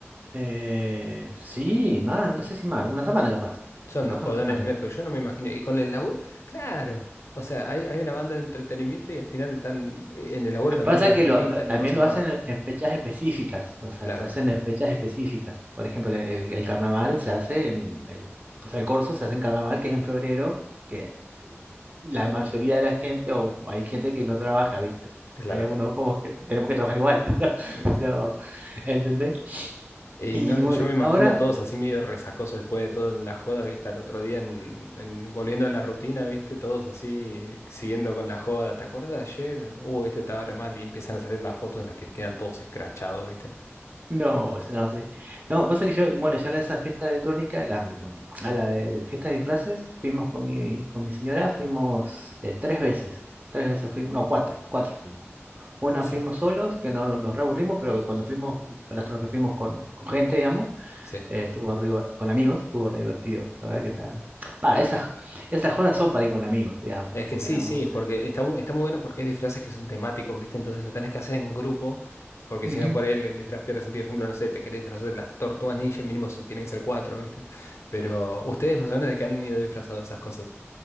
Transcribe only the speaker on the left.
Son
los
jodones
de miércoles, yo no me imagino. Y con el laburo, claro. O sea, hay, hay una banda de entretenimiento y al final están, en el laburo también
se los
permiten,
no pasa
nada.
Claro,
claro.
<laughs>
Y
no,
yo me imagino
a todos así medio resacosos después de toda la joda, ¿viste? Al otro día en, en- volviendo a la rutina, ¿viste? Todos así siguiendo con la joda. ¿Te acuerdas de ayer? Uh, este estaba re mal y empiezan a salir las fotos en las que quedan todos escrachados, ¿viste?
Sí,
sí.
Es que
sí,
sí, porque está, mu- está muy bueno porque hay disfraces que son temáticos, ¿viste? Entonces lo tenés que hacer en grupo, porque
si no por él el disfraz pierde sentido. Por ejemplo, no sé, te querés disfrazar de las tortugas ninja, mínimo son- tienen que ser cuatro, ¿viste? Pero ustedes más o menos de qué han ido disfrazados de esas cosas.